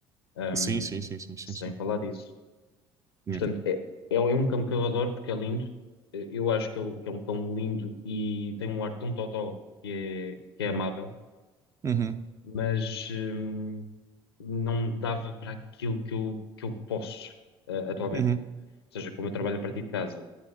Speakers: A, on the left; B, on the right.
A: Ahm,
B: Sim, sim, sim, sim, sim,
A: sem falar disso.
B: sim.
A: Portanto, é, é é um cão que eu adoro porque é lindo. Eh, Eu acho que é o- que é um cão lindo e tem um ar tão totó que é, que é amável,
B: Uhum,
A: mas hum, não dava para aquilo que eu, que eu posso eh, atualmente.
B: uhum,
A: Ou seja, como eu trabalho a partir de casa,